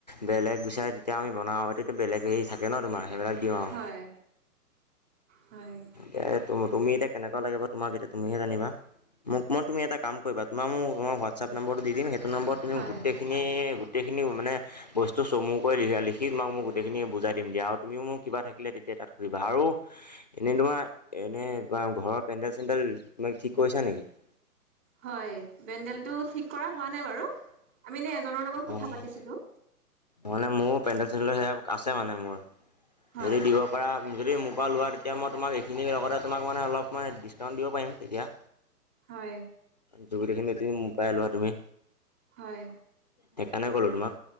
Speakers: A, on the left; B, on the right.
A: বেলেগ বিচাৰে তেতিয়া আমি বনাওঁ সেইটো বেলেগ হেৰি থাক <unintelligible> থাকে ন তোমাৰ সেইবিলাক দিওঁ আৰু
B: হয় হয়
A: <unintelligible> এ তুমি এতিয়া কেনেকোৱা লাগিব তোমাক এতিয়া তুমিহে জানিবা। <unintelligible> মোক মই তুমি এটা কৰিবা তোমাৰ মোৰ হোৱাটছএপৰ নম্বৰটো দিম। সেইটো নম্বৰত তুমি
B: হয়।
A: গোটেই <unintelligible> খিনি গোটেইখিনি মানে <unintelligible> বস্তু চমুকৈ <unintelligible> লিখি তোমাক মই গোটেইখিনি বুজাই দিম দিয়া আৰু তুমিও মোক কিবা থাকিলে তেতিয়া তাত সুধিবা। আৰু এনেই তোমাৰ এনেই বা ঘৰৰ পেণ্ডেল-চেন্দেল ঠিক কৰিছা নেকি? <unintelligible>
B: হয়, পেণ্ডেলটো ঠিক কৰা হোৱা নাই বাৰু। আমি এনেই <unintelligible> <unintelligible> জনৰ লগত কথা
A: অ'
B: পাতিছিলোঁ।
A: মানে মোৰ পেণ্টেল-চেটেল সে আছে মানে মোৰ।
B: হয়
A: যদি দিব পৰা যদি মোৰ পৰা লোৱ এতিয়া মই তোমাক এইখিনিৰ লগতে তোমাক মানে অলপ মই ডিছকাউণ্ট দিব পাৰিম তেতিয়া।
B: হয়।
A: জুুবুলি খিনি মকাই লোৱা তুমি
B: হয়
A: সেইকাৰণে কলো তোমাক।